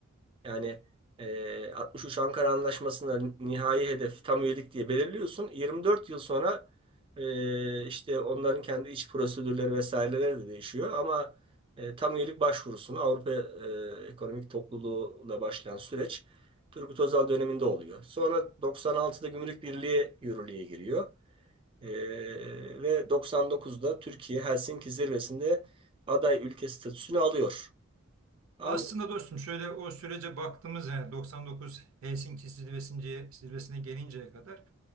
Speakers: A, on the right; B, on the right.
A: Yani e, 63 Ankara Anlaşması'nda nihai hedef tam üyelik diye belirliyorsun. 24 yıl sonra e, işte onların kendi iç prosedürleri vesaireleri de değişiyor. Ama e, tam üyelik başvurusunu Avrupa e, Ekonomik Topluluğu'la başlayan süreç Turgut Özal döneminde oluyor. Sonra 96'da Gümrük Birliği yürürlüğe giriyor. Ee, ve 99'da Türkiye Helsinki zirvesinde aday ülke statüsünü alıyor. Ama
B: Aslında dostum şöyle o sürece baktığımız yani 99 Helsinki zirvesine, zirvesine gelinceye kadar